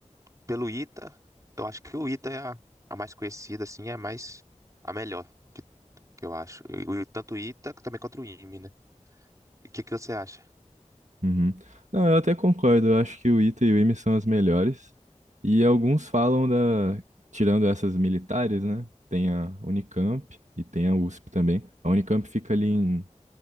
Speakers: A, on the right (about 25°); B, on the right (about 70°).
A: pelo ITA, eu acho que o ITA é a, a mais conhecida, assim, é a mais, a melhor, que, que eu acho, E o- tanto o ITA também quanto o IME, né, e o que que você acha?
B: Uhum. Não, eu até concordo. Eu acho que o ITA e o IME são as melhores. E alguns falam da, tirando essas militares, né? Tem a Unicamp e tem a USP também. A Unicamp fica ali em